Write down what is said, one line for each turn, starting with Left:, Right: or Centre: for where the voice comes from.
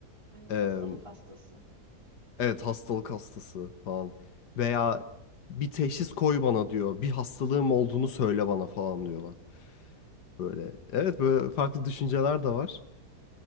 Right: Evet,
Left: Eee,
Right: hastalık hastası.
Left: Evet hastalık hastası falan. Veya bir teşhis koy bana diyor. Bir hastalığım olduğunu söyle bana falan diyorlar. Böyle evet böyle farklı düşünceler de var.